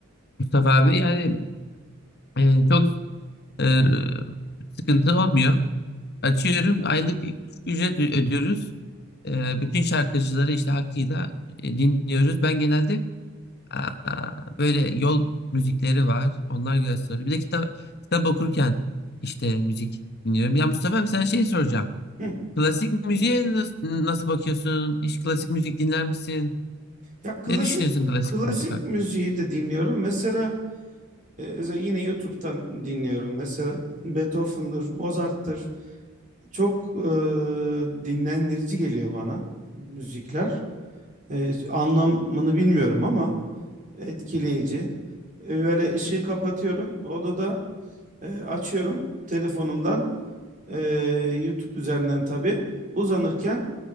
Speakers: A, on the left; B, on the right.
A: Mustafa abi. Yani e, çok e, sıkıntı olmuyor. Açıyorum aylık bir ücret ödüyoruz. Ee, bütün şarkıcıları işte hakkıyla e, dinliyoruz. Ben genelde aa, böyle yol müzikleri var. Onlar güzel söylüyor. Bir de kitap, kitap okurken işte müzik dinliyorum. Ya Mustafa abi sana şey soracağım.
B: <laughs>
A: Klasik müziğe nas- nasıl, bakıyorsun? Hiç klasik müzik dinler misin?
B: Ya klasik
A: Ne düşünüyorsun klasik
B: klasik
A: müzik hakkında?
B: müziği de dinliyorum. Mesela e, özel- yine YouTube'dan dinliyorum. Mesela Beethoven'dır, Mozart'tır. Çok e, dinlendirici geliyor bana müzikler. E, anlamını bilmiyorum ama etkileyici. E, böyle ışığı kapatıyorum. Odada e, açıyorum telefonumdan. e, YouTube üzerinden tabii. Uzanırken